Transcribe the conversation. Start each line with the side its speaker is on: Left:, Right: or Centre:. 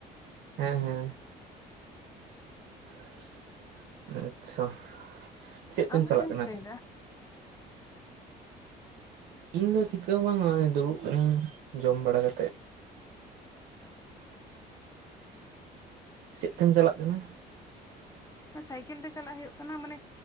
Right: ᱦᱮᱸ ᱦᱮᱸ <unintelligible> ᱟᱪᱪᱷᱟ ᱪᱮᱫ ᱛᱮᱢ
Left: ᱟᱢ ᱫᱚ
Right: ᱪᱟᱞᱟᱜ
Left: ᱪᱮᱢ
Right: ᱠᱟᱱᱟ?
Left: ᱪᱤᱠᱟᱹ ᱮᱫᱟ?
Right: ᱤᱧ ᱫᱚ ᱪᱤᱠᱟᱹ ᱦᱚᱸ ᱵᱟᱝ ᱫᱩᱲᱩᱵ ᱟᱠᱟᱹᱱᱤᱧ ᱡᱚᱢ ᱵᱟᱲᱟ ᱠᱟᱛᱮᱜ᱾ ᱪᱮᱫ ᱛᱮᱢ ᱪᱟᱞᱟᱜ ᱠᱟᱱᱟ?
Left: ᱥᱟᱭᱠᱮᱞ ᱛᱮ ᱪᱟᱞᱟᱜ ᱦᱩᱭᱩᱜ ᱠᱟᱱᱟ ᱢᱟᱱᱮ